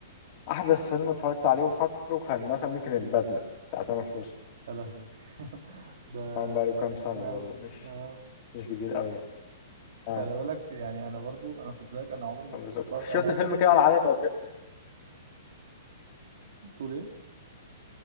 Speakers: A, on the left; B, on the right.
A: احدث فيلم اتفرجت عليه وفاكره كان مثلا ممكن البدلة بتاع تامر حسني
B: يا لهوي <laughs> ده
A: طبعا بقى له
B: ده
A: كام
B: قديم
A: سنة
B: أوي
A: برضه مش
B: آه.
A: مش جديد قوي يعني. اه
B: خلي بالك يعني أنا برضو أنا كنت زيك أنا عمري ما
A: بالظبط
B: كنت بتفرج
A: شفت
B: أنا أصلا
A: فيلم كده على علي ربيع
B: بتقول ايه؟